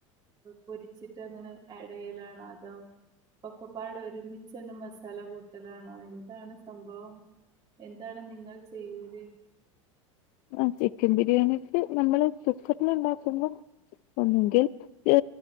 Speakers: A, on the right (about 25°); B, on the left (about 55°).
A: പൊരിച്ചിട്ട് അങ്ങനെ ആഡയിലാണോ അതോ ഒക്കെപാട ഒരുമി ചെന്ന മസാല കൂട്ടലാണോ എന്താണ് സംഭവം എന്താണ് നിങ്ങൾ ചെയ്ല്
B: ആ ചിക്കൻ ബിരിയാണി് നമ്മള് കുക്കറില് ഉണ്ടാക്കുമ്പോ ഒണ്ടെങ്കിൽ ഏ